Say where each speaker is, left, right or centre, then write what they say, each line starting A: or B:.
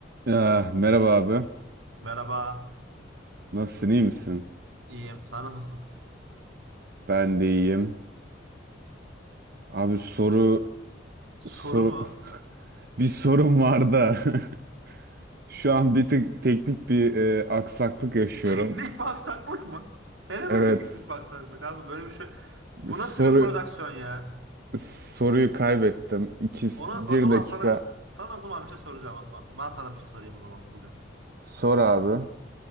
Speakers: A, on the right; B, on the right.
A: Ah, merhaba abi.
B: Merhaba,
A: Nasılsın, iyi misin?
B: iyiyim. Sen nasılsın?
A: Ben de iyiyim. Abi soru
B: Soru
A: soru
B: mu?
A: <laughs> bir sorun var da <laughs> şu an bir tık teknik bir e, aksaklık yaşıyorum.
B: <laughs> Teknik baksaklık mı? Ne demek
A: Evet.
B: teknik baksaklık abi? Böyle bir şey. Bu
A: Soru
B: nasıl bir prodüksiyon ya?
A: soruyu kaybettim. İki,
B: Onu
A: bir
B: o zaman
A: dakika.
B: sana sana o zaman bir şey soracağım. Ben sana bir şey sorayım o zaman bugün.
A: Sor abi.